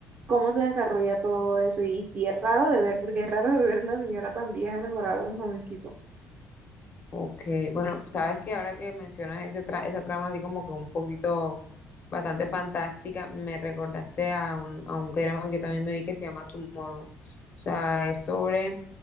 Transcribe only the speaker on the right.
cómo se desarrolla todo eso y sí es raro de ver, porque es raro de ver una señora tan vieja enamorada de un jovencito. O